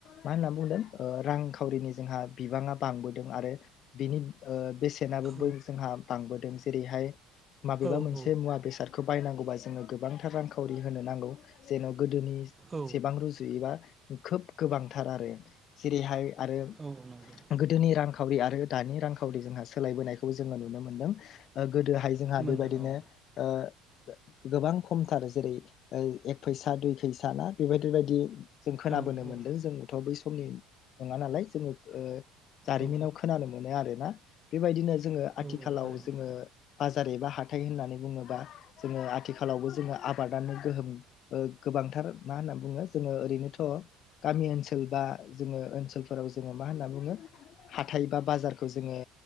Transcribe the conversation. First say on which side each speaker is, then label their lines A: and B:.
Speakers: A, on the left; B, on the right.
A: मा होनना बुंदों रांखावरिनि जोंहा बिबा बांदों आरो बिनि ओ जोंहा
B: औ
A: बांबोदों जेरैहाय मबेबा
B: औ
A: मोनसे
B: औ
A: मुवा बेसाद बायनांगौबा जों गोबांथार रांखावरि होनो नांगौ जेन' गोदोनिसेबां
B: औ
A: रु खोब गोबांथार आरो जेरैहाय आरो
B: औ नंगौ
A: गोदोनि रां रांखावरि आरो दानि रांखावरि जोंहा सोलायबायखौबो जोङो नुनो मोनदों। गोदोहाय जोंहा
B: मोनदों
A: बेबायदिनो
B: औ
A: ओ गोबां खमथार जेरै एक फैसा दुइ फैस ना बेबायदि बायदि जों खोनाबोनो
B: औ औ
A: मोन्दों जोंथ' बै समनि नङा नालाय जोङो जारिमिनाव
B: औ
A: खोनानो मोनो आरो ना बेबायदिनो जोंङो
B: औ
A: आथिखालाव
B: औ थारैनो
A: जोंङो
B: औ
A: बाजार एबा ह हाथाय होननानै बुङोबा जोङो आथिखालावबो जोङो आबादारिनि गोहोम गोबांथार मा होनना बुङो जोङो ओरैनोथ' गामि ओनसोल बा जोङो ओनसोलफोराव जोङो मा होनना बुङो हााइ बा बाजारखौ जोङो